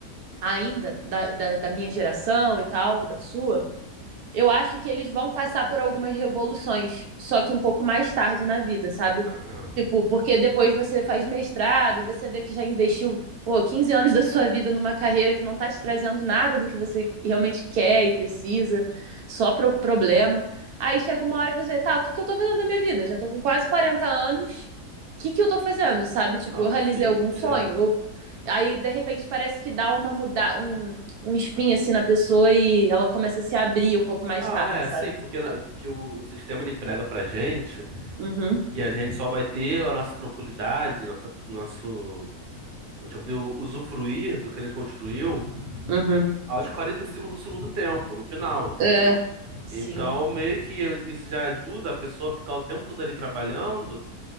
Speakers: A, on the right; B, on the right.
A: ainda da, da, da minha geração e tal, da sua, Eu acho que eles vão passar por algumas revoluções, só que um pouco mais tarde na vida, sabe?
B: Ah, é.
A: Tipo, porque depois você faz mestrado, você vê que já investiu, pô, 15 anos da sua vida numa carreira que não tá te trazendo nada do que você realmente quer e precisa, só pro problema. Aí chega uma hora que você vê, tá, o que que eu tô fazendo da minha vida? Já tô com quase 40 anos, o que que eu tô fazendo, sabe? Tipo,
B: Não,
A: eu realizei
B: sim,
A: algum sonho?
B: é.
A: Eu... Aí, de repente, parece que dá uma muda... um um espinho assim na pessoa e ela começa a se abrir um pouco mais
B: Não,
A: tarde,
B: é,
A: sabe?
B: sim, porque, na- porque o, o sistema ele prega pra gente
A: Uhum,
B: que a gente só vai ter a nossa tranquilidade, nossa, nosso, a gente vai poder usufruir do que a gente construiu
A: uhum.
B: aos 45 do segundo tempo, no final, entendeu?
A: É, sim.
B: Então, meio que isso já ajuda a pessoa a ficar o tempo todo ali trabalhando,